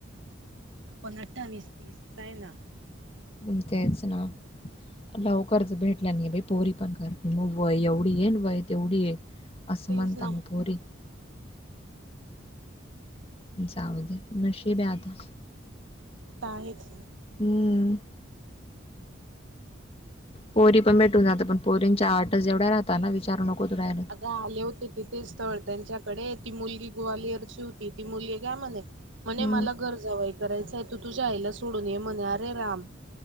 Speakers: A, on the right; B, on the left.
A: आपण अठ्ठावीस, तीस. चा येना.
B: मंग तेच ना. लवकरच भेटलं नाही बा- पोरी पण करता मग वय एवढी ये न वय तेवढी ये. अस
A: तेच
B: म्हणता
A: ना
B: म पोरी. जाऊ दे. नशीब आहे आता.
A: ते तर आहेच.
B: हम्म. पोरी पण भेटून जाता. पण पोरींच्या आटच एवढ्या राहता ना? विचारू नको तु रायला.
A: आता आले होते तिथे स्थळ त्यांच्याकडे ती मुलगी ग्वालियरची होती ती मुलगी काय म्हणे? म्हणे
B: हम्म
A: मला घर जावई करायचाय. तू तुझ्या आईला सोडून ये म्हणे. अरे राम!